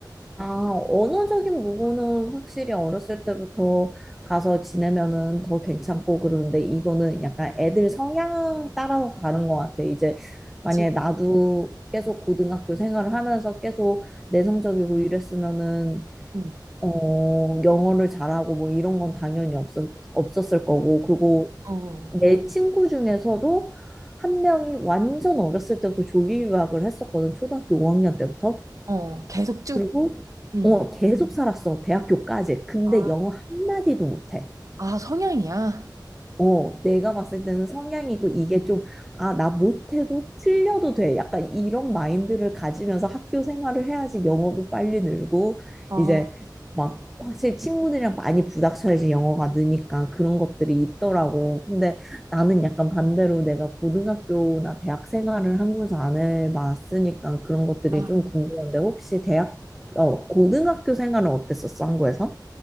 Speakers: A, in the centre; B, on the right.
A: 아, 언어적인 부분은 확실히 어렸을 때부터 가서 지내면은 더 괜찮고 그러는데 이거는 약간 애들 성향 따라서 다른 것 같아. 이제 만약에
B: 지,
A: 나도 계속 고등학교 생활을 하면서 계속 내성적이고 이랬으면은
B: 음.
A: 어, 영어를 잘하고 뭐 이런 건 당연히 없었, 없었을 거고, 그리고
B: 어,
A: 내 친구 중에서도 한 명이 완전 어렸을 때부터 조기 유학을 했었거든. 초등학교 5학년 때부터.
B: 어, 계속 쭉,
A: 그리고
B: 음.
A: 어, 계속 살았어. 대학교까지. 근데
B: 아,
A: 영어 한마디도 못해.
B: 아, 성향이야?
A: 어, 내가 봤을 때는 성향이고 이게 좀, 아, 나 못해도 틀려도 돼. 약간 이런 마인드를 가지면서 학교 생활을 해야지 영어도 빨리 늘고,
B: 아,
A: 이제 막 확실히 친구들이랑 많이 부닥쳐야지 영어가 느니까 그런 것들이 있더라고. 근데 나는 약간 반대로 내가 고등학교나 대학 생활을 한국에서 안 해봤으니까 그런 것들이
B: 아,
A: 좀 궁금한데, 혹시 대학, 어, 고등학교 생활은 어땠었어, 한국에서?